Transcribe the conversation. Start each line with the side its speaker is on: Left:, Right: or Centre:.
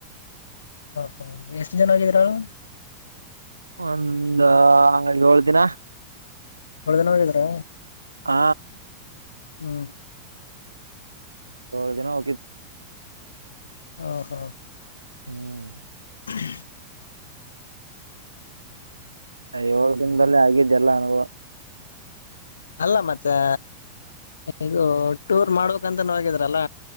Left: ಹಾ ಹಾ ಎಷ್ಟು ಜನ ಆಗಿದ್ರಾಳು
Right: ಒಂದ ಏಳ ದಿನ
Left: ಏಳ ದಿನ ಹೋಗಿದ್ರಾ
Right: ಹ
Left: ಹಾ
Right: ಏಳ ದಿನ ಹ
Left: ಹಾ ಹಾ
Right: ಹ್ಮ್
Left: <unintelligible>
Right: ಆ ಏಳ ದಿನದಲ್ಲಿ ಆಗಿದ್ದ ಎಲ್ಲಾ ಅನುಭವ
Left: ಅಲ್ಲ ಮತ್ತೆ ಇದು ಟೂರ್ ಮಾಡ್ಬೇಕ್ಂತ ಹಗಿದ್ರಲ್ಲ